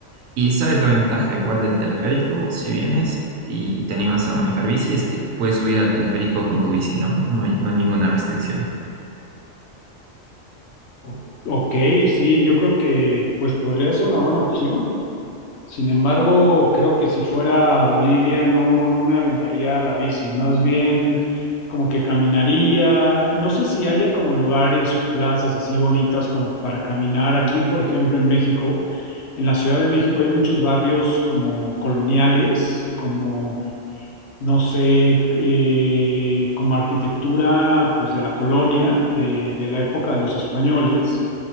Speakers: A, on the right; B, on the left.
A: Y esa es la ventaja igual del teleférico, si vienes y te animas a manejar bici, es que puedes subir al teleférico con tu bici, ¿no? No hay, no hay ninguna restricción.
B: O- Ok, sí, yo creo que pues podría ser una buena opción. Sin embargo, creo que si fuera a Bolivia no, no me aventaría a la bici, más bien como que caminaría. No sé si haya como lugares o plazas así bonitas como para caminar. Aquí, por ejemplo, en México, en la Ciudad de México hay muchos barrios como coloniales, como, no sé, eh, como arquitectura pues de la colonia, de, de la época de los españoles